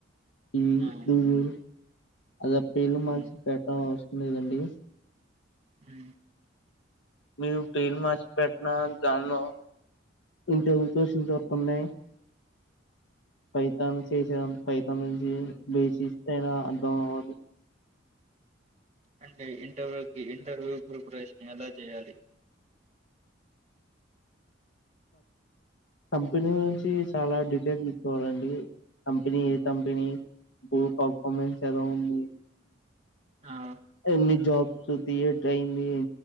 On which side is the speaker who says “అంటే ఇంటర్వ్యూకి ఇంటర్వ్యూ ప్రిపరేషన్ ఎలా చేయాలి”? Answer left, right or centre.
Right